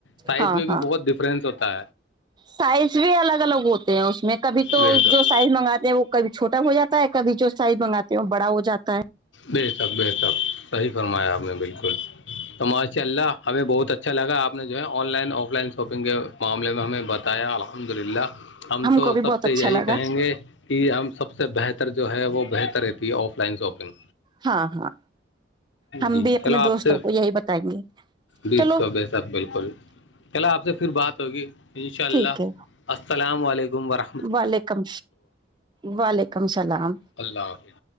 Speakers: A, on the left; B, on the right.
A: سائز
B: ہاں
A: میں بھی
B: ہاں
A: بہت ڈفرنس ہوتا ہے
B: سائز بھی الگ الگ ہوتے ہیں اس میں کبھی تو
A: بے شک
B: جو سائز منگاتے ہیں وہ کبھیھوٹا ہو جاتا ہے کبھی جو سائز منگاتے ہیں وہ بڑا ہو جاتا ہے
A: بے تک ب تک صحی فرمایا آپ نے بالکل تو ماشاء اللہ ہمیں بہت اچھا لگا آپ نے جو ہے online offline shopping کے معاملے میں ہمیں بتایا الحمد للہ ہم تو
B: کو بھی
A: سب
B: بہت
A: سے
B: اچھا
A: یہی
B: لگا
A: کہیں گے یہ ہم سب سے بہتر جو ہے وہ بہتر رہتی ہے آف لائن شاپنگ
B: ہاں ہاں ہم
A: جی
B: بھی اپنے
A: چلو آپ
B: دوستوں
A: سے
B: کو یہی بتائیں گے
A: بیس
B: چلو
A: کو بے شک بالکل چلا آپ سے پھر بات ہوگی ان شاء اللہ
B: ٹھیک ہے
A: السلام علیکم ورحم
B: وعلیکم وعلیکم السلام
A: اللہ حافظ